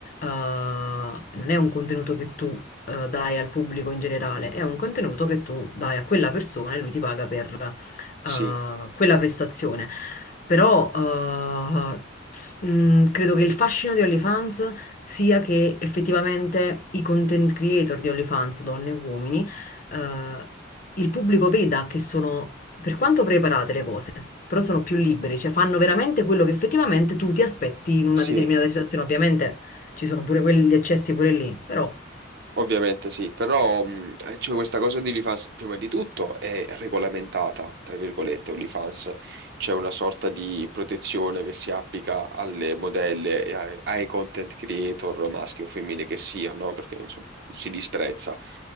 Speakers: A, on the left; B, on the right.
A: non è un contenuto che tu eh, dai al pubblico in generale, è un contenuto che tu dai a quella persona e lui ti paga per eh,
B: sì,
A: quella prestazione. Però eh, s- mh, credo che il fascino di OnlyFans sia che effettivamente i content creator di OnlyFans, donne e uomini, eh, il pubblico veda che sono, per quanto preparate le cose, però sono più liberi, cioè fanno veramente quello che effettivamente tu ti aspetti in una
B: sì.
A: determinata situazione. Ovviamente ci sono pure quelli, gli eccessi pure lì, però... <laughs>
B: Ovviamente sì, però mh, eh, c'è questa cosa di OnlyFans, prima di tutto è regolamentata, tra virgolette, OnlyFans, c'è una sorta di protezione che si applica alle modelle e ai, ai content creator maschi o femmine che siano, perché insomma si disprezza.